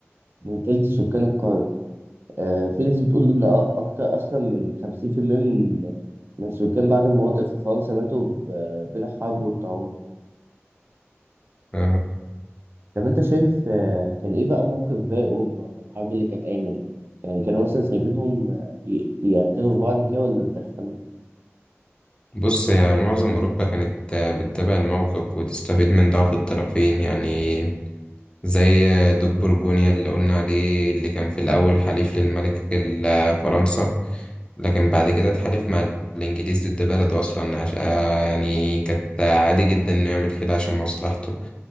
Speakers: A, on the right; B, on the left.
A: من تلت سكان القارة آه، في ناس بتقول إن أ- أكتر أصلا من خمسين في المية من من سكان بعض المناطق في فرنسا ماتوا ب- آه، بين الحرب والطاعون
B: آه،
A: طب انت شايف آه، كان ايه بقى موقف باقي اوروبا من الحرب اللي كانت قايمه دي يعني كانوا مثلا سايبينهم آه، ي- يقتلوا في بعض كده ولا اتدخلوا
B: بص يا معظم أوروبا كانت آه، بتتابع الموقف وتستفيد من ضعف الطرفين يعني زي آه، دوك برجونيا اللي قلنا عليه اللي كان في الأول حليف للملك ال- آه، فرنسا لكن بعد كده اتحالف مع الإنجليز ضد بلده أصلا عشان يعني كانت عادي جدا إنه يعمل كده عشان مصلحته